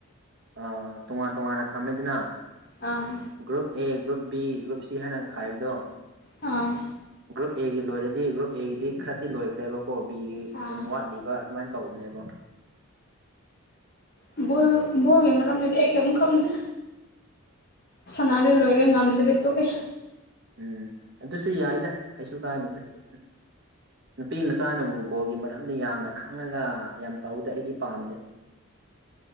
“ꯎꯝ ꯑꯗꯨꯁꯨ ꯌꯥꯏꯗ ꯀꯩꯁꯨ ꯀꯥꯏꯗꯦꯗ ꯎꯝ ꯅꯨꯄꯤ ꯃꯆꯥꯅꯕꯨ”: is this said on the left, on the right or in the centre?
Right